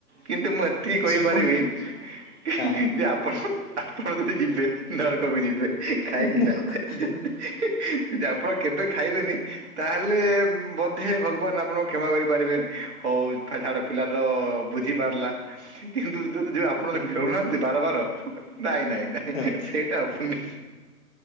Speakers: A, on the right (about 45°); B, on the left (about 40°).
A: କିନ୍ତୁ ମୁଁ ଏତିକି କହିପାରିବି।
B: ସେପଟ
A: ଯେ
B: ହଁ
A: ଆପଣ ଆପଣ ଯଦି ଯିବେ ନରକକୁ ଯିବେ କାହିଁକିନା
B: ନର୍କ
A: ଯଦି। ଯେ ଆପଣ କେବେ ଖାଇବେନି ତାହେ ଲେ ବଧେ ଭଗବାନ୍ ଆପଣଙ୍କୁ କ୍ଷମା କରିପାରିବେ ହଉ ଛା ଛାଡ ପିଲା ର ବୁଝି ପାରିଲା କିନ୍ତୁ ଯୋଉ ଯୋଉ ଆପଣ
B: ହୁଁ
A: ଖେଳୁନାହାନ୍ତି।
B: ହୁଁ
A: ବାର ବାର ନାଇଁ ନାଇଁ ନାଇଁ
B: ହଁ।
A: ସେଟା ହବନି।